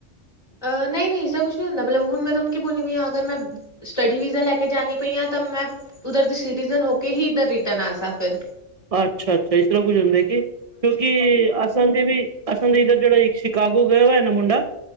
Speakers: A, on the left (about 20°); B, on the right (about 50°).
A: ਅਹ ਨਹੀਂ ਇਸਦਾ ਕੁਛ ਨਹੀਂ ਹੁੰਦਾ ਮਤਲਬ ਹੁਣ ਮੈਂ ਤੁਹਾਨੂੰ ਕੀ ਬੋਲਣੀ ਪਈ ਹਾਂ ਅਗਰ ਮੈਂ ਸਟੱਡੀ ਵੀਜ਼ਾ ਲੈ ਕੇ ਜਾਣੀ ਪਈ ਤਾਂ ਮੈਂ ਉਧਰ ਦੀ ਸਿਟੀਜਨ ਹੋ ਕੇ ਹੀ ਇਧਰ ਰਿਟਰਨ ਆ ਸਕ ਫਿਰ
B: ਅੱਛਾ ਅੱਛਾ ਇਸ ਤਰ੍ਹਾਂ ਕੁੱਝ ਹੁੰਦੇ ਕਿ ਕਿਉਂਕਿ ਅਸਾਂ ਦੇ ਵੀ ਅਸਲ ਦੇ ਇੱਧਰ ਜਿਹੜਾ ਸ਼ਿਕਾਗੋ ਗਿਆ ਹੋਇਆ ਇਹ ਨਾ ਮੁੰਡਾ